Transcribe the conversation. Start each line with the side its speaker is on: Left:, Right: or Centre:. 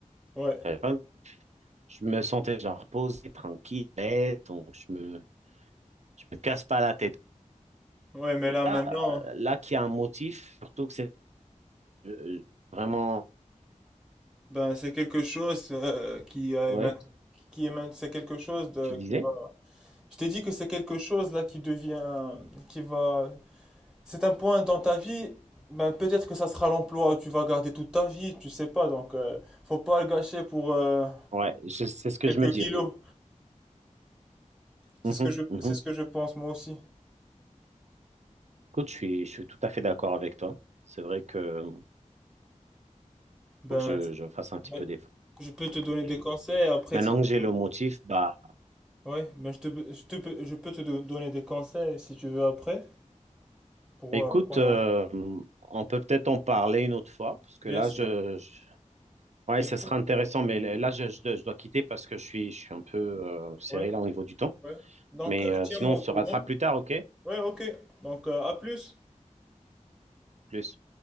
Centre: Ouais.
Right: J'avais pas- Je me sentais genre posé, tranquille, à l'aise, donc je me, je me casse pas la tête.
Centre: Ouais, mais là
Right: Là,
Centre: maintenant,
Right: euh, là qu'il y a un motif, surtout que c'est euh, vraiment,
Centre: ben c'est quelque chose euh, qui est
Right: ouais,
Centre: maintenant. Qui est maint- c'est quelque chose de,
Right: tu disais?
Centre: qui va. Je t'ai dit que c'est quelque chose là qui devient, qui va C'est un point dans ta vie, ben peut-être que ça sera l'emploi où tu vas garder toute ta vie, tu sais pas, donc euh, faut pas le gâcher pour euh,
Right: Ouais, je- c'est ce que
Centre: quelques
Right: je me dis.
Centre: kilos. C'est
Right: Mhm,
Centre: ce que je,
Right: mhm.
Centre: c'est ce que je pense moi aussi.
Right: Écoute, je suis, je suis tout à fait d'accord avec toi. C'est vrai que mmh,
Centre: Ben,
Right: faut que je, je fasse un petit
Centre: ben,
Right: peu d'effort.
Centre: je peux te donner
Right: Et
Centre: des conseils après
Right: Maintenant
Centre: si tu
Right: que j'ai le
Centre: veux.
Right: motif, bah,
Centre: Ouais, ben je te, je te peux- je peux te do- donner des conseils si tu veux après pour
Right: écoute,
Centre: euh, comment.
Right: euh, mmh, on peut peut-être en parler une autre fois, parce que
Centre: Bien
Right: là,
Centre: sûr,
Right: je, je- ouais,
Centre: bien
Right: ça
Centre: sûr.
Right: sera intéressant, mais là, je, je, dois je dois quitter parce que je suis, je suis un peu euh, serré
Centre: Ouais,
Right: là au niveau du temps.
Centre: ouais. Donc
Right: Mais
Centre: euh,
Right: euh,
Centre: tiens-moi
Right: sinon, on
Centre: au
Right: se
Centre: courant.
Right: rattrape plus tard, ok?
Centre: Ouais, ok. Donc euh, à plus.
Right: Plus.